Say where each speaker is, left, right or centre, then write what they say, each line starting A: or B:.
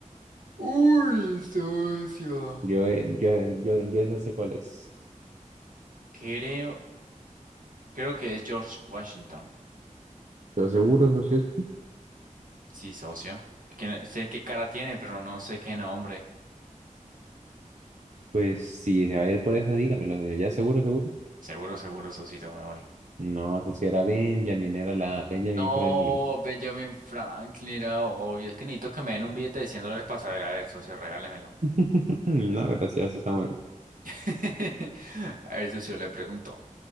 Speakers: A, on the right; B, on the right.
A: Uy, socio.
B: Yo, yo, yo, yo esa sé cuál es.
A: Creo, creo que es George Washington.
B: ¿Estás seguro, Sosieski?
A: Sí, socio. Que no- sé qué cara tiene, pero no sé qué nombre.
B: Pues si se va a ir por eso, dígamelo. ¿Ya seguro, seguro?
A: Seguro, seguro, Sosito, me voy.
B: No, entonces era Benjamin, era la Benjamin
A: No,
B: Franklin.
A: Benjamin Franklin era obvio. Es que necesito que me den un billete de 100 dólares para saber. A ver, socio, regálemelo.
B: <laughs> No, gracias, sí está muy bien.
A: <laughs> A ver, socio, le pregunto.